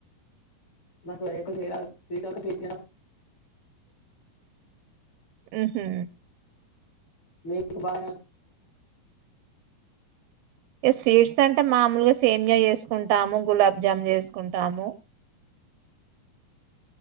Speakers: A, on the left; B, on the right.
A: మట్లా ఒక స సట్ ఒక స
B: ఆహ
A: మీబాక
B: ఇ స్వీట్స్ అంటే మామూలుగా సేమ్గా చేసుకుంటాము గులాబ్జామున్ చేసుకుంటాము